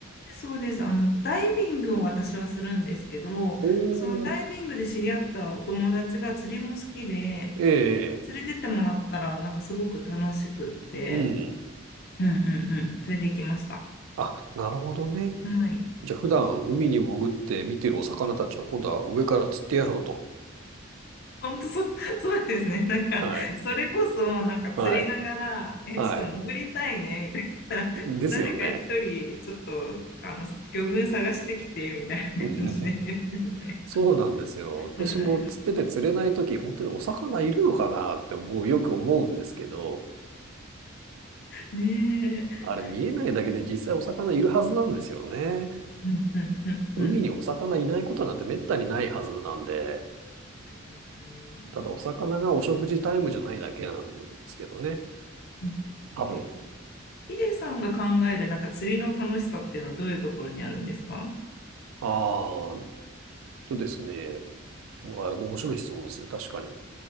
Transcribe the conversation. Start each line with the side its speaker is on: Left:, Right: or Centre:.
Left: そうです。あの、ダイビングを私はするんですけど、
Right: おー、
Left: そのダイビングで知り合ったお友達が釣りも好きで、
Right: ええ
Left: 連れてってもらったら、なんかすごく楽しくって、
Right: うん。
Left: うんうんうん、それで行きました。
Right: あ、なるほどね。
Left: はい。
Right: じゃあ普段海に潜って見てるお魚たちを今度は上から釣ってやろうと。
Left: 本当そう、そうですね。なんか、
Right: はい。
Left: それこそ、なんか釣りながら、
Right: はい。
Left: え、
Right: はい。
Left: ちょっと潜りたいね、みたいな。
Right: ですよね。
Left: <laughs> 誰か一人、ちょっと、あの、魚群探してきて、みたいな感じで言ってて。
Right: <laughs> うんそうなんですよ。私も釣ってて釣れないとき、
Left: はい。
Right: 本当にお魚いるのかなって思う、よく思うんですけど、
Left: ねえ。
Right: あれ見えないだけで実際お魚いるはずなんですよね。
Left: うんうんうんうん。
Right: 海にお魚いないことなんてめったにないはずなんで、
Left: かに、確かに。
Right: ただお魚がお食事タイムじゃないだけなんですけどね。
Left: うんえ、
Right: 多分。
Left: ヒデさんが考えるなんか釣りの楽しさっていうのはどういうところにあるんですか
Right: ああ、とですね。うわ面白い質問ですね。確かに。